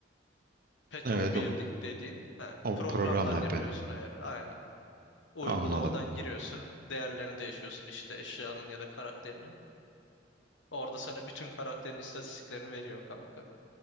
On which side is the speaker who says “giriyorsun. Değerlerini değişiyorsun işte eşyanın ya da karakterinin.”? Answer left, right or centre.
Left